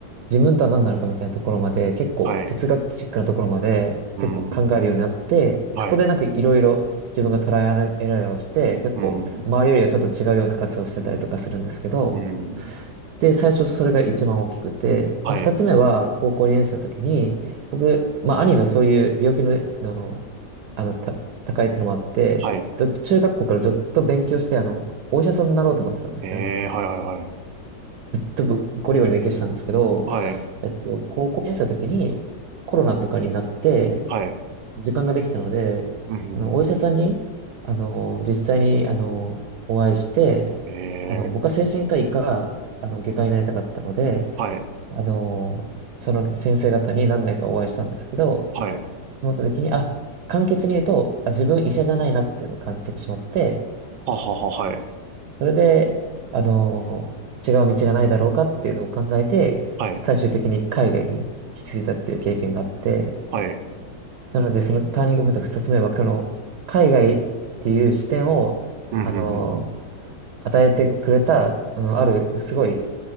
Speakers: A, on the right (about 70°); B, on the right (about 85°).
A: 自分とは何なのかみたいなところまで、結構哲学チックなところまで結構考えるようになって、
B: はい。うーん、はい。
A: そこでなんかいろいろ自分がトライアンドエラーをして、結構周りよりはちょっと違うような活動をしてたりとかするんですけど、
B: うーん、うーん、
A: で、最初それが一番大きくて、
B: はい。
A: まあ、二つ目は高校2年生の時に、僕、まあ、兄のそういう病気の、の、あの、た、高いっていうのもあって、
B: はい。
A: ずっと中学校からずっと勉強して、あの、お医者さんになろうと思ってたんですね。
B: ええ、はい、はい、はい。
A: とぶゴリゴリ勉強してたんですけど、
B: はい、
A: えっと、高校に生の時にコロナとかになって
B: はい、
A: 時間ができたので、
B: うん、うん、
A: あの、
B: う
A: お医者さんに、あの、実際に、あの、お会いして、
B: ん。えー、
A: あの、僕は精神科医か、あの、外科医になりたかったので、
B: はい、
A: あの、その先生方に何名かお会いしたんですけど、
B: はい、
A: その時に、あ、簡潔に言うと、あ、自分医者じゃないなっていうのを感じてしまって、
B: ははは、はい、
A: それで、あの、違う道がないだろうかっていうのを考えて、
B: はい、
A: 最終的に海外に引き継いだっていう経験があって、
B: はい、
A: なので、そのターニングポイント2つ目は、この海外っていう視点を、
B: うん、うん、
A: あの、
B: うん、うん。
A: 与えてくれた、あの、ある、すごい